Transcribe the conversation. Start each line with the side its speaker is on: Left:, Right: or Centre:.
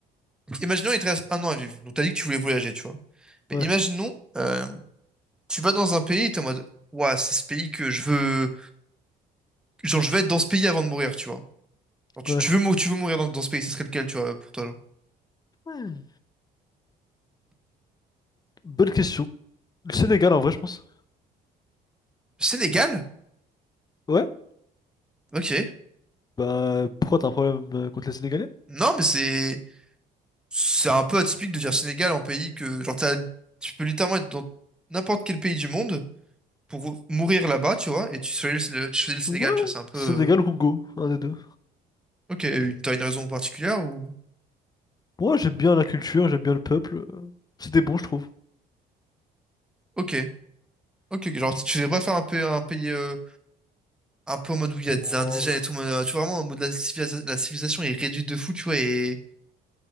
Centre: Imaginons, il te reste un an à vivre. Donc, t'as dit que tu voulais voyager, tu vois. Mais
Left: ouais,
Centre: imaginons, euh, tu vas dans un pays et t'es en mode, Ouah, c'est ce pays que je veux. Genre, je veux être dans ce pays avant de mourir, tu vois. Genre, tu,
Left: ouais.
Centre: tu veux, mou- tu veux mourir dans, dans ce pays, ce serait lequel, tu vois, pour toi, genre?
Left: Hmm. Bonne question. Le Sénégal, en vrai, je pense.
Centre: Le Sénégal?
Left: Ouais?
Centre: Ok.
Left: Bah, pourquoi t'as un problème euh, contre les Sénégalais?
Centre: Non, mais c'est. C'est un peu atypique de dire Sénégal en pays que. Genre, t'as- tu peux littéralement être dans n'importe quel pays du monde pour mourir là-bas, tu vois, et tu choisis le, tu choisis le
Left: Ouais,
Centre: Sénégal, tu vois, c'est un peu.
Left: Sénégal
Centre: euh,
Left: ou Congo, un des deux.
Centre: Ok, une- t'as une raison particulière ou.
Left: Moi, j'aime bien la culture, j'aime bien le peuple. euh, C'était bon, je trouve.
Centre: Ok. Ok, genre,
Left: Je-
Centre: tu tu voudrais pas faire un, pays- un pays. euh, un peu en mode où il y a des indigènes
Left: Oh,
Centre: et tout, en euh, tu vois, vraiment en mode la, civilisa- la civilisation est réduite de fou, tu vois, et